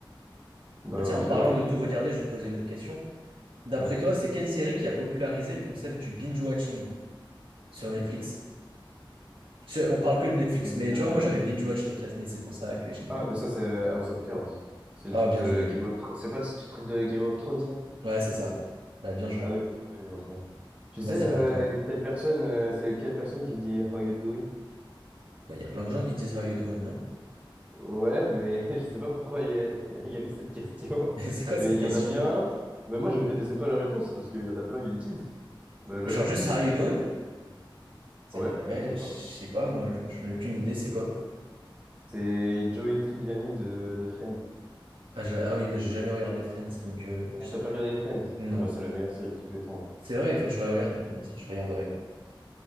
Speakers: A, on the right; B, on the right.
A: Bah
B: Bah tiens,
A: ok,
B: en parlant
A: vas-y.
B: de tout regarder, je vais te poser une autre question. D'après
A: Ouais.
B: toi, c'est quelle série qui a popularisé le concept du binge-watching sur Netflix? Je- on parle que de Netflix, mais
A: Euh,
B: tu vois, moi j'avais binge-watch les treize mille c'est pour ça que j'ai mis
A: Ah,
B: en ligne.
A: mais ça c'est euh, House of Cards. C'est le
B: Ah,
A: truc
B: bien
A: de
B: joué.
A: Game of Thrones. C'est pas le sk- truc de Game of Thrones, ça?
B: Ouais, c'est ça. Bah, bien joué.
A: Ah oui, oui, je vois ça. Tu sais,
B: Vas-y,
A: euh,
B: bah toi.
A: quelle personne, euh, c'est quelle personne qui dit How you doing?
B: Bah, Il y a plein de gens qui disent How you doing, non?
A: Ouais, mais <laughs> je sais pas pourquoi il y a, <laughs> il y a eu cette question.
B: <laughs> Mais c'est quoi cette
A: Mais il
B: question?
A: y en a bien un. Mais moi, je ne connaissais pas la réponse parce qu'il y en a plein ils le disent. Mais là,
B: Genre
A: je,
B: juste How
A: je
B: you
A: sais
B: doing?
A: pas.
B: Ça
A: Ouais,
B: y est, ouais,
A: juste ça.
B: je sais pas, moi, je- j'en ai aucune idée, c'est quoi?
A: C'est Joey Tribbiani de, de Friends.
B: Ah, je- ah oui, bah, j'ai jamais regardé Friends, donc euh,
A: Ah,
B: je sais
A: T'as
B: pas.
A: pas regardé Friends?
B: Non.
A: Ah bah, c'est la meilleure série de tous les temps. hein.
B: C'est vrai, il faut que je regarde. Bon, vas-y, je regarderai.